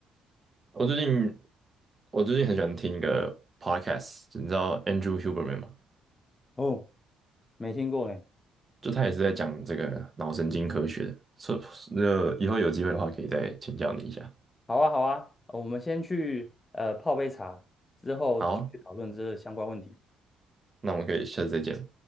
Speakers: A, on the right; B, on the left.
A: 我最近我最近很喜欢听一个 podcast，你知道 Andrew Huberman 吗？
B: 哦，没听过呢。
A: 就他也是在讲这个脑神经科学的，所以那以后有机会的话可以再请教你一下。
B: 好啊，好啊，呃我们先去呃泡杯茶，之后继续讨论这相关问题。
A: 好啊那我们可以下次再见了